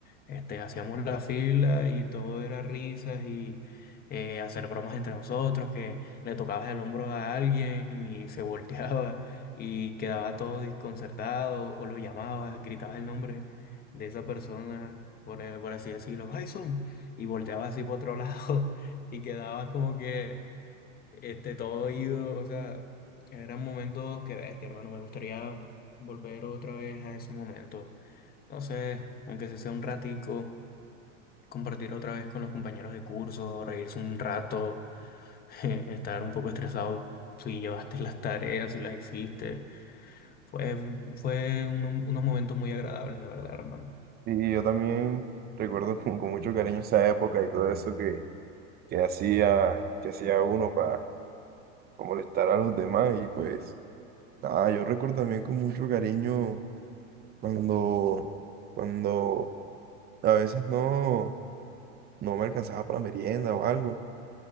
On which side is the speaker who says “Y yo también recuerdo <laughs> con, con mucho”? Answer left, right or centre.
Right